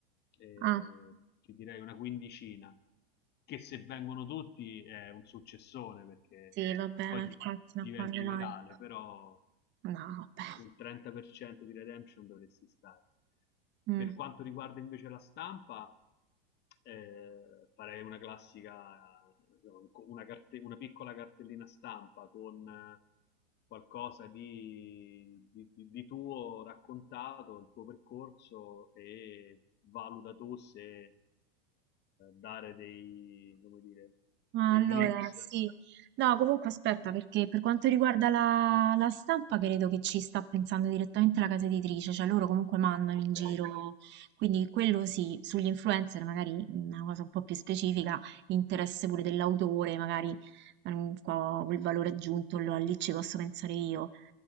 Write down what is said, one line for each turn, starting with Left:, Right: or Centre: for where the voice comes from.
Left: E
Right: Ah,
Left: ti direi una quindicina, che se vengono tutti è un successone perché
Right: sì, vabbè,
Left: poi
Right: ma
Left: di-
Right: infatti, ma
Left: diventi
Right: quando mai?
Left: virale, però
Right: No, vabbè.
Left: sul 30% di redemption dovresti stare.
Right: Mm.
Left: Per quanto riguarda invece la stampa, eh, farei una classica, una, carte- una, piccola cartellina stampa con eh, qualcosa di, di, di tuo raccontato, il tuo percorso e valuta tu se eh, dare dei, come dire,
Right: Ma
Left: dei
Right: Allora,
Left: glimpse,
Right: Bene. sì. No, comunque aspetta, perché per quanto riguarda la, la stampa, credo che ci sta pensando direttamente la casa editrice, cioè loro comunque mandano
Left: ok,
Right: in giro, quindi quello sì, sugli influencer magari una cosa un po' più specifica, interesse pure dell'autore, magari ehm, qua quel valore aggiunto, allora lì ci posso pensare io.